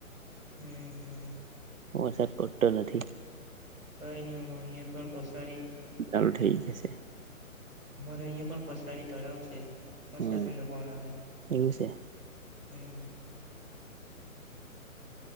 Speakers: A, on the right; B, on the right.
A: હમમ હમમ
B: વરસાદ પડતો નથી.
A: કઈ નહી અ અહી પણ પસાડી
B: ચાલુ થઈ જશે
A: મારે અહિયા પણ પસાડી તળાવ છે મસ્ત
B: હમ
A: ઠંડો પવન આવે
B: એવું છે
A: હમમ.